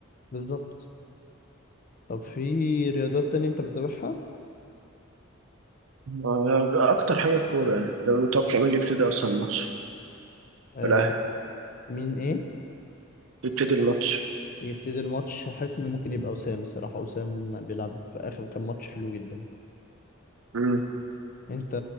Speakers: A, on the left; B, on the right.
A: بالظبط طب في رياضات تانية انت بتتابعها
B: آه، اكتر حاجه الكوره يعني لما متوقع مين اللي يبتدي اصلا الماتش
A: آه
B: الاهلي
A: مين ايه
B: يبتدي الماتش
A: يبتدي الماتش حاسس ان ممكن يبقى وسام الصراحه وسام بيلعب في اخر كام ماتش حلو جدا يعني.
B: مم.
A: انت